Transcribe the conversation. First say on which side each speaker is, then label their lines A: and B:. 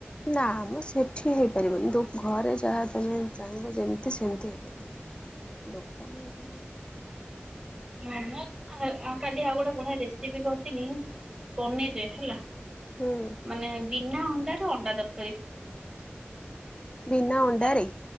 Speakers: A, on the left; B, on the right.
A: ନା ଆମ ସେଠି ହେଇପାରିବନି ତ ଘରେ ଯାହା ତମେ ଚାହିଁବ ଯେମିତି ସେମିତି ହେଇପାରିବ। <unintelligible> ଦୋକାନରେ ହେଇପାରିବ
B: ହଁ ମୁଁ କାଲି ଆଉ ଗୋଟେ ବଢିଆ ରେସିପି କରିଥିଲି ପନିରରେ ହେଲା
A: ହୁଁ।
B: ମାନେ ବିନା ଅଣ୍ଡାରେ ଅଣ୍ଡା ଦରକାରୀ
A: ବିନା ଅଣ୍ଡାରେ
B: ତାର